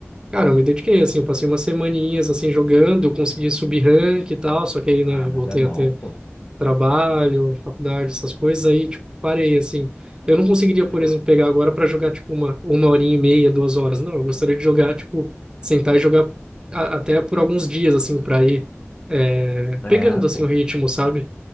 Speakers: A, on the right; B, on the left.
A: Cara, eu me dediquei, assim, eu passei umas semaninhas, assim, jogando, eu consegui subir rank e tal, só que aí, né,
B: ah, mas
A: voltei
B: é bom,
A: a ter
B: pô. <laughs>
A: trabalho, faculdade, essas coisas, aí, tipo, parei, assim. Eu não conseguiria, por
B: Pô,
A: exemplo, pegar agora para jogar, tipo, uma, uma horinha e meia, duas horas, não, eu gostaria de jogar, tipo, sentar e jogar a- até por alguns dias, assim, para ir é,
B: É,
A: pegando, assim,
B: pô.
A: o ritmo, sabe?